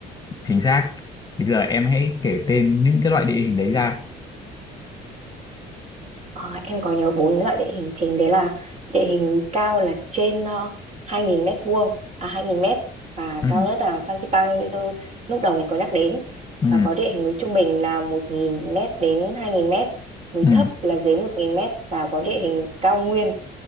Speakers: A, on the left; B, on the right.
A: chính xác thì giờ em hãy kể tên những cái loại địa hình đấy ra
B: Ờ, em có nhớ bốn loại địa hình chính đấy là địa hình núi cao là trên ờ, 2.000 mét vuông à 2.000 mét và
A: ừ
B: cao nhất là Phan Xipang như lúc đầu mình có nhắc đến
A: ừ
B: và có địa hình núi trung bình là 1.000 mét đến 2.000 mét núi
A: ừ
B: thấp là dưới 1.000 mét và có địa hình cao nguyên